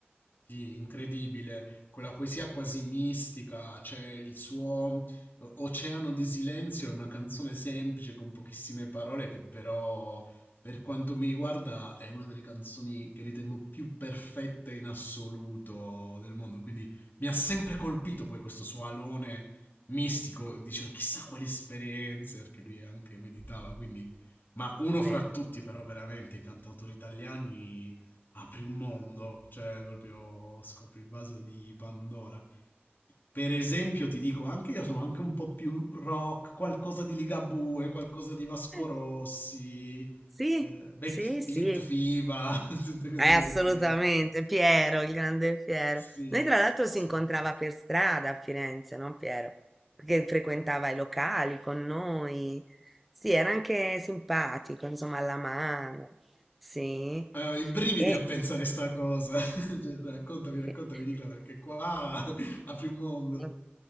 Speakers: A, on the left; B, in the centre.
A: Sì, incredibile, quella poesia quasi mistica, cioè il suo Oceano di silenzio è una canzone semplice con pochissime parole che però, per quanto mi riguarda, è una delle canzoni che ritengo più perfette in assoluto del mondo, quindi mi ha sempre colpito poi questo suo alone mistico, dicevo chissà quali esperienze, perché lui anche meditava, quindi... Ma uno
B: vero?
A: fra tutti però veramente i cantautori italiani apri un mondo, cioè proprio scopri il vaso di Pandora. Per esempio, ti dico, anche io sono anche un po' più rock, qualcosa di Ligabue, qualcosa di Vasco
B: Eh,
A: Rossi,
B: Sì,
A: eh, vecchi,
B: sì, sì,
A: Elite FIBA, <laughs> tutte queste
B: Eh, assolutamente,
A: cose qui.
B: Piero, il grande Piero.
A: Sì,
B: Noi tra l'altro si
A: super.
B: incontrava per strada a Firenze, no Piero? Perché frequentava i locali con noi. Sì, era anche simpatico, insomma, alla mano. Sì.
A: Eh, ho i brividi
B: E...
A: a pensare sta cosa. <laughs> Cioè, raccontami,
B: <laughs>
A: raccontami, Nicola, perché qua <laughs> apri un mondo.
B: Mm.